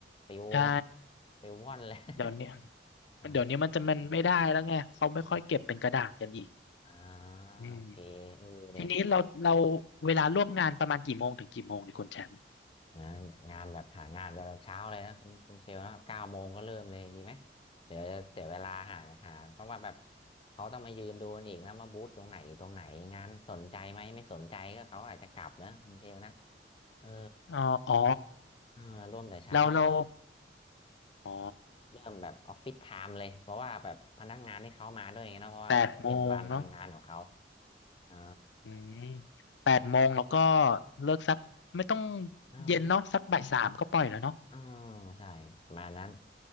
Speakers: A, on the left (about 30°); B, on the left (about 90°).
A: ปิวนะ
B: ใช่
A: ปิวว่อนเลย <laughs>
B: เดี๋ยวเนี้ย
A: อ่า
B: เดี๋ยวนี้มันจะมันไม่ได้แล้วไงเขาไม่ค่อยเก็บเป็นกระดาษกันอีก
A: อ่าอ่า
B: อืม
A: โอเคเออเนี่ย
B: ทีนี้เราเราเวลาร่วมงานประมาณกี่โมงถึงกี่โมงดีคุณแชมป์
A: นะงานแบบหางานจะแบบเช้าเลยนะคุณคุณเชลนะเก้าโมงก็เริ่มเลยดีไหมเดี๋ยวจะเสียเวลาหาหาต้องว่าแบบเขาต้องมายืนดูกันอีกนะว่าบูธตรงไหนอยู่ตรงไหนงานสนใจไหมไม่สนใจก็เขาอาจจะกลับนะคุณเชลนะเออ
B: อ๋ออ๋อ
A: เออร่วมแต่เช้าเลย
B: เราเราอ๋อ
A: เริ่มแบบออฟฟิศไทม์เลยเพราะว่าแบบพนักงานที่เขามาด้วยไงเนอะเพราะว่าอาจจะเป็นบานทำงานของเขา
B: แปดโมงเนาะ
A: อ่า
B: อืมแปดโมงแล้วก็เลิกสักไม่ต้อง
A: อ่า
B: เย็นเนาะสักบ่ายสามก็ปล่อยแล้วเนาะ
A: อ่าใช่ประมาณนั้น